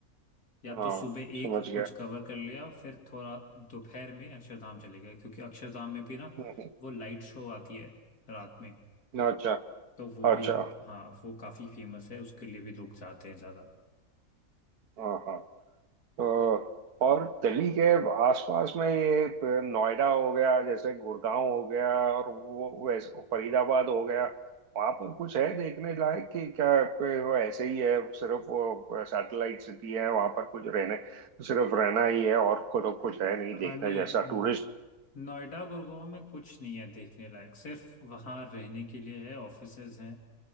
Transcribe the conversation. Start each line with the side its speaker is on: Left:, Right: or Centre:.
Left: या
Right: हाँ
Left: तो सुबह एक
Right: समझ गया
Left: कुछ कवर कर लिया फिर थोड़ा दोपहर में अक्षरधाम चले गए क्योंकि अक्षरधाम में भी ना
Right: हम्म,
Left: वो लाइट शो आती है रात में
Right: हम्म, अच्छा
Left: तो वो
Right: अच्छा
Left: भी हाँ वो काफी फेमस है उसके लिए भी लोग जाते हैं ज्यादा
Right: हाँ हाँ तो और दिल्ली के आसपास में ये प- नोएडा हो गया जैसे गुड़गांव हो गया और वो वैसे फरीदाबाद हो गया वहां पर कुछ है देखने लायक कि क्या प- वो ऐसे ही है सिर्फ वो सैटेलाइट सिटी है वहां पर कुछ रहने सिर्फ रहना ही है और को तो कुछ है नहीं देखने
Left: हाँ नहीं
Right: जैसा टूरिस्ट
Left: नोएडा गुड़गांव में कुछ नहीं है देखने लायक सिर्फ वहाँ रहने के लिए है ऑफिसेज हैं